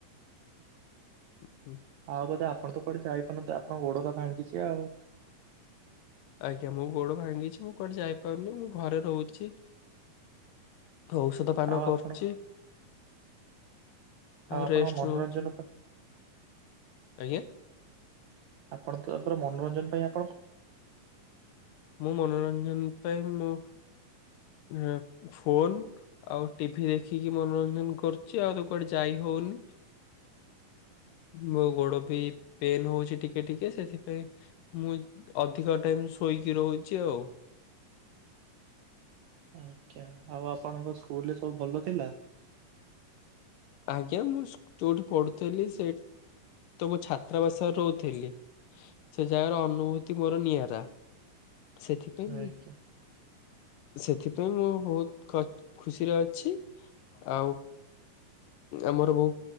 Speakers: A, on the left; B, on the right.
A: ଉଁ
B: ଆଉ ବୋଧେ ଆପଣ ତ କୁଆଡେ ଯାଇପାରୁନଥିବେ ଆପଣଙ୍କ ଗୋଡ ତ ଭାଙ୍ଗଛି ଆଉ।
A: ଆଜ୍ଞା ମୋ ଗୋଡ ଭାଙ୍ଗିଚି ମୁଁ କୁଆଠି ଯାଇପାରୁନି ମୁଁ ଘରେ ରହୁଚି। ଔଷଧ ପାନ
B: ଆଉ ଆପଣ
A: କରୁଚି।
B: ଆଉ ଆପଣଙ୍କ
A: ରେଷ୍ଟ
B: ମନୋରଞ୍ଜନ
A: ନଉଛି
B: ପା
A: ଆଜ୍ଞା?
B: ଆପଣ ତମର ମନୋରଞ୍ଜନ ପାଇଁ ଆ
A: ମୁଁ ମନୋରଞ୍ଜନ ପାଇଁ ମୁଁ ଏ ଫୋନ୍ ଆଉ ଟିଭିି ଦେଖିକି ମନୋରଞ୍ଜନ କରୁଚି ଆଉ ତ କୁଆଡେ ଯାଇ ହୋଉନି। ମୋ ଗୋଡ ବି ପେନ୍ ହୋଉଚି ଟିକେ ଟିକେ ସେଥିପାଇଁ ମୁଁ ଅଧିକ ଟାଇମ ଶୋଇକି ରହୁଚି ଆଉ।
B: ଆଜ୍ଞା ଆଉ ଆପଣଙ୍କ ସ୍କୁଲରେ ସବୁ ଭଲ ଥିଲା?
A: ଆଜ୍ଞା ମୁଁ ସ୍ ଯୋଉଠି ପଢୁଥିଲି ସେଇଠି ତ ମୁଁ ଛାତ୍ରାବାସରେ ରହୁଥିଲି। ସେ ଜାଗାର ଅନୁଭୂତି ମୋର ନିଆରା। ସେଥିପାଇଁ ମୁଁ
B: ଆଜ୍ଞା
A: ସେଥିପାଇଁ ମୁଁ ବୋହୁତ କ ଖୁସିରେ ଅଛି। ଆଉ ଆମର ବୋଉ